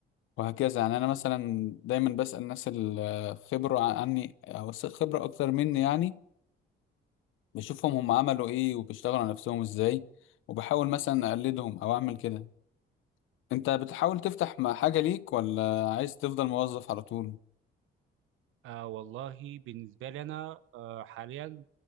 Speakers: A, on the left (about 85°); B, on the right (about 90°).
A: وهكذا يعني انا مثلا دايما بسأل ناس الخبرة عني او الس- خبرة اكتر مني يعني بشوفهم هم عملوا ايه وبيشتغلوا على نفسهم ازاي وبحاول مثلا اقلدهم او اعمل كده انت بتحاول تفتح مع حاجة ليك ولا عايز تفضل موظف على طول
B: آه والله بالنسبة لي انا آه حاليا